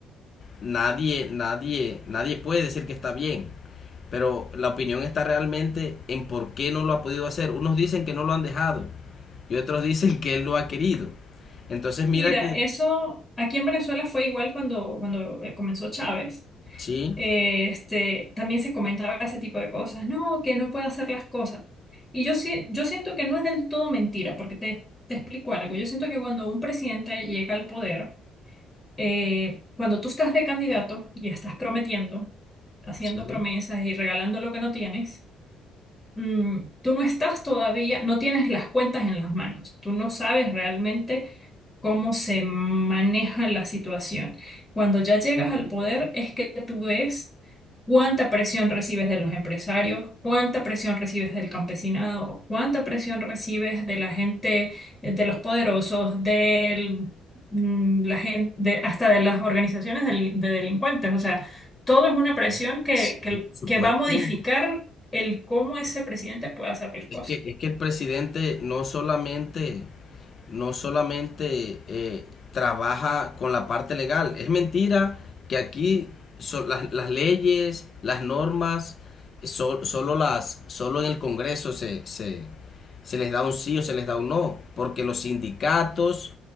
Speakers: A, on the left; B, on the left.
A: nadie, nadie, nadie puede decir que está bien. Pero la opinión está realmente en por qué no lo ha podido hacer. Unos dicen que no lo han dejado y otros dicen que él lo ha querido. Entonces mira
B: Mira,
A: que
B: eso aquí en Venezuela fue igual cuando, cuando eh, comenzó Chávez.
A: sí,
B: Eh, este, también se comentaba ese tipo de cosas, no, que no puede hacer las cosas. Y yo, sí- yo siento que no es del todo mentira, porque te, te explico algo. Yo siento que cuando un presidente llega al poder, eh, cuando tú estás de candidato y estás prometiendo, haciendo
A: sí,
B: promesas y regalando lo que no tienes, mm, tú no estás todavía, no tienes las cuentas en las manos, tú no sabes realmente cómo se maneja la situación. Cuando ya llegas al poder es que tú ves cuánta presión recibes de los empresarios, cuánta presión recibes del campesinado, cuánta presión recibes de la gente, eh, de los poderosos, del, mm, la gente, hasta de las organizaciones de, li- de delincuentes. O sea, todo es una presión que,
A: sí,
B: que,
A: por supuesto.
B: que va a modificar el cómo ese presidente puede hacer las cosas.
A: Es que, es que el presidente no solamente no solamente eh, trabaja con la parte legal. Es mentira que aquí so- las, las leyes, las normas, so- solo, las, solo en el Congreso se, se, se les da un sí o se les da un no, porque los sindicatos,